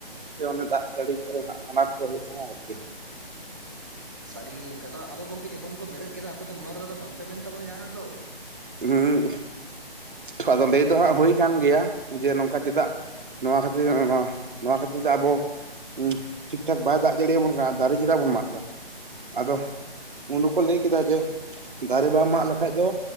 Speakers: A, on the right; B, on the right.
A: ᱛᱮ ᱚᱱᱮ ᱫᱟᱜ ᱡᱟᱹᱲᱤ ᱠᱚᱨᱮᱱᱟᱜ ᱟᱱᱟᱴ ᱠᱚ ᱦᱩᱭᱩᱜ ᱠᱟᱱᱟ ᱟᱨᱠᱤ᱾
B: ᱥᱟᱹᱨᱤ ᱜᱮ ᱜᱚᱝᱠᱮ ᱟᱫᱚ ᱜᱚᱝᱠᱮ ᱡᱚᱠᱷᱚᱱ ᱵᱮᱨᱮᱫ ᱠᱮᱫᱟ ᱟᱯᱮᱫᱚ ᱱᱚᱣᱟ ᱨᱮᱫᱚ ᱟᱫᱚ ᱵᱟᱝ ᱯᱮ ᱢᱮᱱ ᱛᱟᱵᱱᱟ ᱡᱟᱦᱟᱱᱟᱜ ᱫᱚ
A: ᱦᱩᱸ ᱛᱷᱚ ᱟᱫᱚ ᱞᱟᱹᱭ ᱫᱚ ᱦᱟᱸᱜ ᱦᱳᱭ ᱠᱟᱱ ᱜᱮᱭᱟ ᱡᱮ ᱱᱚᱝᱠᱟ ᱪᱮᱫᱟᱜ ᱱᱚᱣᱟ ᱠᱷᱟᱹᱛᱤᱨ ᱜᱮ ᱱᱚᱣᱟ, ᱱᱚᱣᱟ ᱠᱷᱟᱹᱛᱤᱨ ᱛᱮ ᱟᱵᱚ ᱚᱦᱸ ᱴᱷᱤᱠ ᱴᱷᱟᱠ ᱵᱟᱭ ᱫᱟᱜ ᱡᱟᱲᱤᱭᱟᱵᱚᱱ ᱠᱟᱱᱟ ᱟᱨ ᱫᱟᱨᱮ ᱪᱮᱫᱟᱜ ᱵᱚᱱ ᱢᱟᱜ ᱫᱟ? ᱟᱫᱚ ᱩᱱ ᱦᱚᱸᱠᱚ ᱞᱟᱹᱭ ᱠᱮᱫᱟ ᱡᱮ ᱫᱟᱨᱮ ᱵᱟᱢ ᱢᱟᱜ ᱞᱮᱠᱟᱡ ᱫᱚ